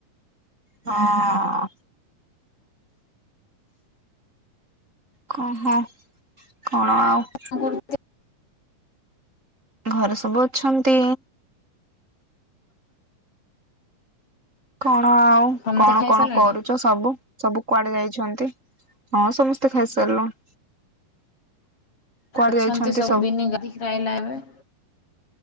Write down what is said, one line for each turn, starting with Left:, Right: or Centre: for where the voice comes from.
Right: ହଁ। କ ହଁ କଣ ଆଉ?
Left: କଁ କରୁଚନ୍ତି?
Right: ଘରେ ସବୁ ଅଛନ୍ତି। କଣ ଆଉ
Left: ସମସ୍ତେ
Right: କଣ
Left: ଖାଇସାରିଲେଣି
Right: କଣ କରୁଚ ସବୁ ସବୁ କୁଆଡେ ଯାଇଛନ୍ତି? ହଁ ସମସ୍ତେ ଖାଇସାରିଲୁଣି। କୁଆଡେ
Left: ଅଛନ୍ତି
Right: ଯାଇଛନ୍ତି
Left: ସବୁ ବିିନି ଗାଧେଇକିରି ଆଇଲା ଏବେ।